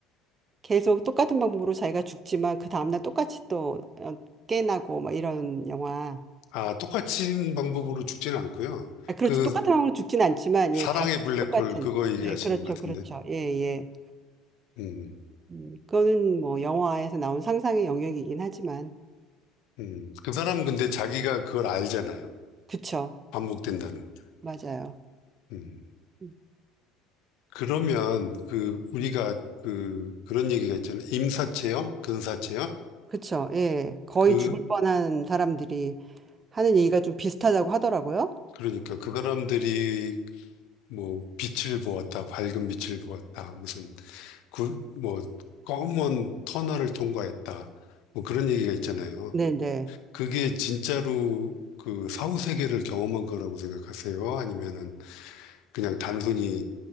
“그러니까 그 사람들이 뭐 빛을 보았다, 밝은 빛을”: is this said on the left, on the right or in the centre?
Left